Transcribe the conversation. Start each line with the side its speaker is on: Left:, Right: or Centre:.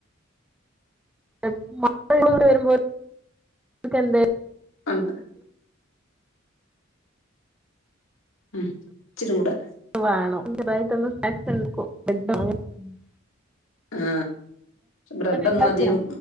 Centre: <unintelligible>
Left: ഒണ്ട് ഉം ഇച്ചിരൂടെ
Centre: വേണൊം <unintelligible>
Left: ആ ബ്രെഡൊന്നും
Centre: ഉണ്ടാക്കുവോ
Left: അധികം